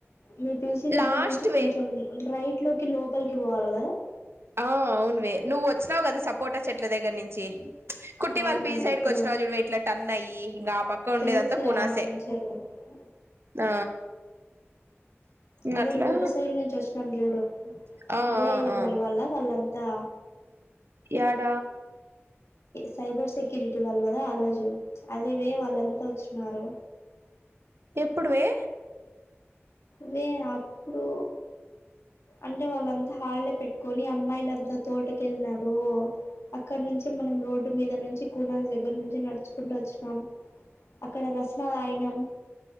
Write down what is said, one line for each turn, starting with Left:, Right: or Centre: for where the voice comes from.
Left: మీ పీజీ దగ్గర
Right: లాస్ట్
Left: నుంచి
Right: వే
Left: కొంచెం రై ఇంట్లోకి లోపలికి పోవాలి కద
Right: ఆ అవునువే నువ్వు వచ్చినావు కదా సపోటా చెట్ల దగ్గర నుంచి కుట్టి
Left: అవునులే
Right: వాళ్ళు పి సైడ్కి
Left: ఎప్పుడు
Right: వచ్చినావు చూడుమే ఇట్లా టన్ అయ్యి ఇంకా పక్క ఉండేదంతా
Left: తెలుసులే
Right: కూనాసే
Left: <unintelligible>
Right: ఆ ఇంగ
Left: అదే
Right: అట్లా
Left: రోడ్డు సైడ్ నుంచి వచ్చినాం చూడు
Right: ఆ
Left: ఏఐఎంఎల్
Right: ఆ ఆ
Left: వాళ్ళ వాళ్ళం త
Right: యాడ
Left: సైబర్ సెక్యూరిటీ వాళ్ళు కదా ఆ రోజు అదే ఏమి వాళ్ళంతా వచ్చిన్నారు
Right: ఎప్పుడువే
Left: మే అప్పుడు అంటే వాళ్ళంతా హాళిడే పెట్టుకోని మ్మాయిలంతా తోటకెళ్నారు అక్కడ నుంచి మనం రోడ్డు మీద నుంచి కూలాం దగ్గర నుంచి నడుచుకుంటా వచ్చినాం అక్కడ రస్నా దాయినం